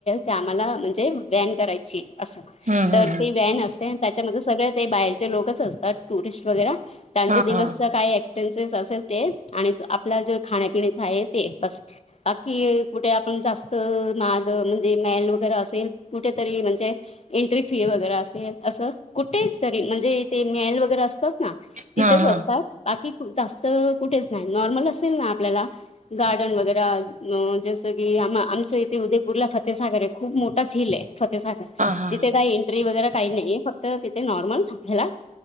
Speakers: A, on the left; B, on the right.
A: तर आम्हाला म्हणजे बॅन करायची असं
B: हम्म
A: तर
B: हम्म हम्म
A: ते व्हॅन असते त्याच्यामध्ये सगळे ते बाहेरचे लोकच असतात टुरिस्ट वगैरे त्यांचे
B: हा
A: दिवसचा
B: हा
A: काय एक्सपेन्सिस असेल ते, आणि आपला जे खाण्यापिण्याचा आहे ते, बस. बाकी, कुठे आपण जास्त, ना म्हणजे मल वगैरे असेल कुठेतरी म्हणजे एंट्री फी वगैरे असेल असं कुठे तरी म्हणजे ते मेल वगैरे असतात ना. तिथेच
B: हा हा
A: असतात बाकी जास्त कुठेच नाही नॉर्मल असेल ना आपल्याला गार्डन वगैरे जसं की आ आमच्या इथे उद्या बुरला फतेसागर आहे खूप मोठा झीलल आहे फतेसागर
B: हा हा
A: तिथे काय त वगैरे काही नाही फक्त तिथे नॉर्मल आपल्याला